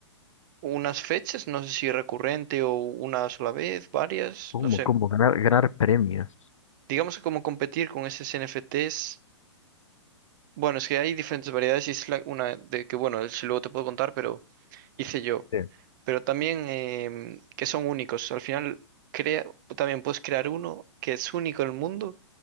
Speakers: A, on the right (about 40°); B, on the left (about 85°).
A: unas fechas, no sé si recurrente o una sola vez, varias,
B: ¿Cómo,
A: no sé.
B: cómo? Ganar, ganar premios.
A: Digamos que como competir con esos NFTs Bueno, es que hay diferentes variedades y es la- una de que, bueno, si luego te puedo contar, pero hice yo.
B: Sí.
A: Pero también em, que son únicos. Al final, crea, también puedes crear uno que es único en el mundo